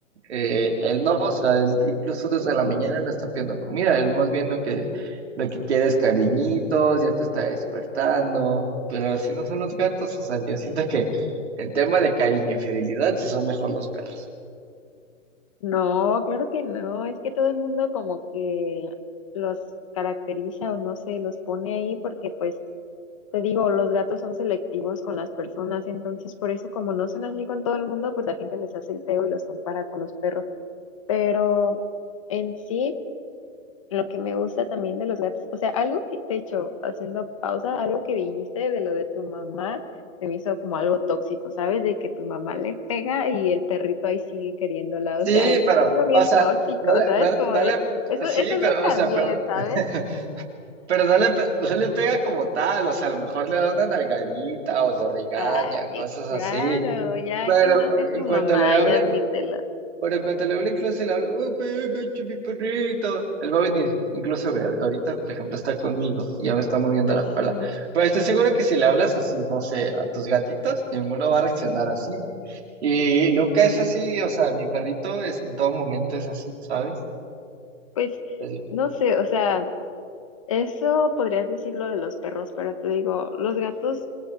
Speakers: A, on the right (about 55°); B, on the left (about 25°).
A: eh, él no, o sea, él incluso desde la mañana no está pidiendo comida, él más bien lo que, lo que quiere es cariñitos, ya te está despertando, pero así no son los gatos, o sea, yo siento que en tema de cariño y fidelidad sí son mejor los perros.
B: No, claro que no. Es que todo el mundo como que los caracteriza o no sé, los pone ahí porque pues te digo, los gatos son selectivos con las personas, entonces por eso como no son así con todo el mundo, pues la gente les hace el feo y los compara con los perros. Pero en sí... Lo que me gusta también de los gatos, o sea, algo que, de hecho, haciendo pausa, algo que dijiste de lo de tu mamá, se me hizo como algo tóxico, ¿sabes? De que tu mamá le pega y el perrito ahí sigue queriéndola,
A: Sí,
B: o sea, eso
A: pero,
B: es algo bien
A: o sea,
B: tóxico,
A: no le,
B: ¿sabes?
A: no, le,
B: Como
A: no
B: de,
A: le-
B: eso,
A: sí,
B: eso no
A: pero,
B: está
A: o sea,
B: bien,
A: perdón,
B: ¿sabes?
A: <laughs> pero no le, pe- no le pega como tal, o sea, a lo mejor le da una nalgadita o lo regaña,
B: Ay,
A: cosas
B: claro,
A: así,
B: ya
A: pero
B: quemaste a tu
A: en cuanto
B: mamá,
A: le hable,
B: ya admítelo.
A: pero en cuanto le hable, incluso si le hablo, oh, pégate, mi perrito, él va a venir, incluso ve, ahorita, por ejemplo, está conmigo y ya me está moviendo
B: Pues
A: la cola,
B: sí,
A: pero estoy seguro que si le hablas así, no sé, a tus gatitos, ninguno va a reaccionar así. Y Luca es así, o sea, mi perrito es en todo momento es así, ¿sabes?
B: pues
A: Así,
B: no sé, o sea. Eso podrías decirlo de los perros, pero te digo, los gatos